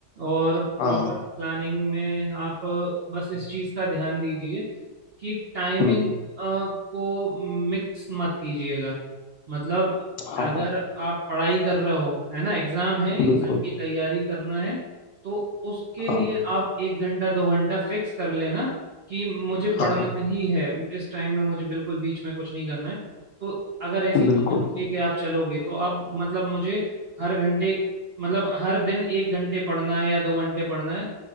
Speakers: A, on the right; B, on the left.
A: और प्रॉपर
B: हाँ,
A: प्लानिंग में आप अ, बस इस चीज़ का ध्यान दीजिए कि टाइमिंग
B: हुँ,
A: को मिक्स मत कीजिएगा मतलब
B: हाँ,
A: अगर आप पढ़ाई कर रहे हो है ना एग्ज़ाम है
B: बिल्कुल,
A: एग्ज़ाम की तैयारी करना है तो उसके लिए
B: हाँ,
A: आप एक घंटा दो घंटा फिक्स कर लेना कि मुझे
B: हाँ,
A: पढ़ना
B: हाँ,
A: ही है इस टाइम में मुझे बिल्कुल बीच में कुछ नहीं करना है तो अगर ऐसी
B: बिल्कुल,
A: प्लानिंग लेके आप चलोगे तो आप मतलब मुझे हर घंटे मतलब हर दिन एक घंटे पढ़ना है या दो घंटे पढ़ना है